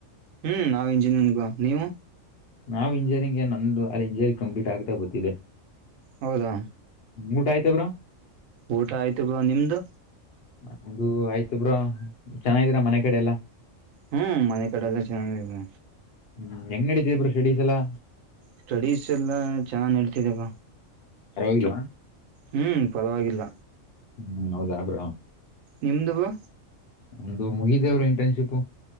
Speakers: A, on the right (about 85°); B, on the left (about 55°).
A: ಹ್ಮ್ ನಾವ್ ಇಂಜಿನಿಯನ್ಗ ನೀವು
B: ನಾವು ಇಂಜಿನಿಯರಿಂಗ್ಗೆ ನಂದು ಅಲ್ಲಿ ಇಂಜಿನಿಯರಿಂಗ್ ಕಂಪ್ಲೀಟ್ ಆಗ್ತಾ ಗೊತ್ತಿದ್ದಿದೆ
A: ಹೌದಾ
B: ಊಟ ಆಯ್ತ ಬ್ರೋ
A: ಊಟ ಆಯ್ತು ಬ್ರೋ ನಿಮ್ದು
B: ನಂದು ಆಯ್ತ ಬ್ರೋ ಚೆನ್ನಾಗಿದ್ದೀರಾ ಮನೆ ಕಡೆ ಎಲ್ಲಾ
A: ಹ್ಮ್ ಮನೆ ಕಡ ಎಲ್ಲ ಚೆನ್ನಾಗಿ
B: ಹ್ಮ್ ಹೆಂಗ್ ನೀಡಿತ್ತದೆ ಬ್ರೋ ಶೆಡೀಸಲಾ
A: ಸ್ಟಡೀಸ್ ಎಲ್ಲಾ ಚೆನ್ನ ನಡತಿದವ
B: ಪರವಾಗಿಲ
A: ಹ್ಮ್ ಪರವಾಗಿಲ್ಲ
B: ಹ್ಮ್ ಹೌದಾ ಅದ್ರ
A: ನಿಮ್ದು ಬ್ರೋ
B: ಒಂದು ಮುಗಿದೇವ್ರ ಇಂಟರ್ನ್ಶಿಪ್